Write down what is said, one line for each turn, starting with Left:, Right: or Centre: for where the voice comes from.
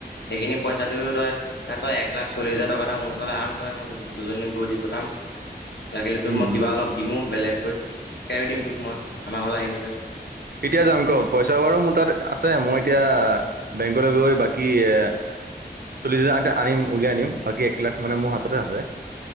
Left: সেইখিনি পইচা দিও তই, না তই এক লাখ চল্লি হাজাৰ টকা এটা মোৰ ওচৰৰত আন তই মই দুজনী গৈ দি পঠাম।
Right: <unintelligible>
Left: লাগিলে তোক
Right: উম
Left: মই কিবা অলপ দিমো বেলেগকৈ, শিকাই ৰাখিম তোক মই আমাৰ ঘৰলে আহিবি তই।
Right: কেতিয়া যাম ক পইচা বাৰু মোৰ তাত আছে মই এতিয়া, বেংকলে গৈ, বাকী এ চল্লিশ হাজাৰ আনিম উলিয়াই আনিম বাকী এক লাখ মানে মোৰ হাততে আছে।